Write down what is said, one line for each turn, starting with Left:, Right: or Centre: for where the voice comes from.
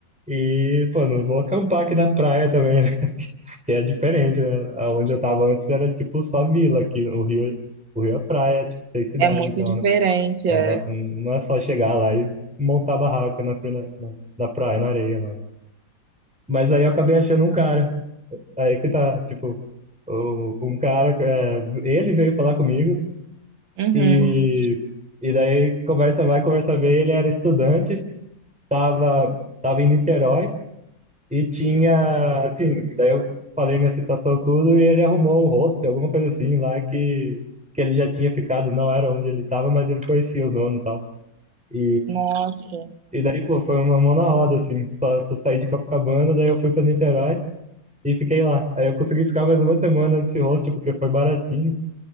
Centre: E, pô, não vou acampar aqui na praia também, né? <laughs> Que é diferente, né? Onde eu tava antes era tipo só vila aqui, o Rio, o Rio é praia, é, tipo, tem cidade,
Right: É muito
Centre: então
Right: diferente,
Centre: É,
Right: é.
Centre: um- não é só chegar lá e montar barraca na, frente da- na, na praia, na areia lá, né? Mas aí eu acabei achando um cara. Aí que tá, tipo, o, um cara, é, ele veio falar comigo
Right: Uhum.
Centre: e, e daí conversa vai, conversa vem, ele era estudante, tava, tava em Niterói e tinha, assim, daí eu falei minha situação tudo e ele arrumou um hostel, alguma coisa assim lá que, que ele já tinha ficado, não era onde ele tava, mas ele conhecia o dono e tal.
Right: Nossa,
Centre: E daí, pô, foi uma mão na roda, assim. Só, só saí de Copacabana, daí eu fui pra Niterói e fiquei lá. Aí eu consegui ficar mais uma semana nesse hostel, porque foi baratinho.